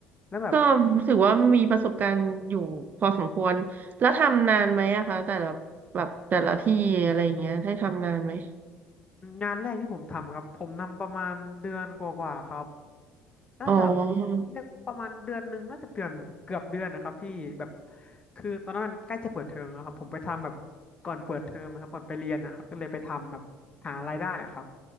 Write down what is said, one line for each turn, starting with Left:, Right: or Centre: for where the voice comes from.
Left: แล้วแบบ
Right: ก็ถือว่ามีประสบการณ์อยู่พอสมควรแล้วทำนานไหมอะคะแต่ละแบบแต่ละที่อะไรอย่างเงี้ยให้ทำนานไหม
Left: งานแรกที่ผมทำครับผมทำประมาณเดือนกว่าๆครับ น่าจะ
Right: อ๋อ
Left: เรียกประมาณเดือนหนึ่งน่าจะเดือนเกือบเดือนนะครับพี่แบบคือตอนนั้นมันใกล้จะเปิดเทอมแล้วครับผมไปทำแบบก่อนเปิดเทอมนะครับก่อนไปเรียนนะครับก็เลยไปทำแบบหารายได้อะครับ